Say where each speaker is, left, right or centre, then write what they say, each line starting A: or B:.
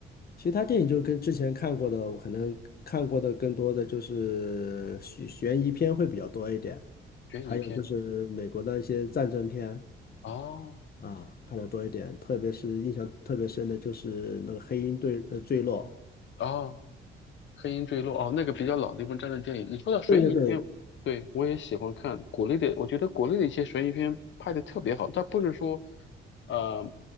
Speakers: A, on the left (about 50°); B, on the left (about 70°).
A: 其实他电影就跟之前看过的，我可能看过的更多的就是悬悬疑片会比较多一点，
B: 悬疑片？
A: 还有就是美国的一些战争片
B: 哦
A: 啊，看的多一点，特别是印象特别深的就是那个《黑鹰坠呃坠落》，
B: 哦黑鹰坠落哦，那个比较老的一部战争电影。你说到悬疑片，
A: 对对对，
B: 对，我也喜欢看国内的，我觉得国内的一些悬疑片拍的特别好，但不是说，呃，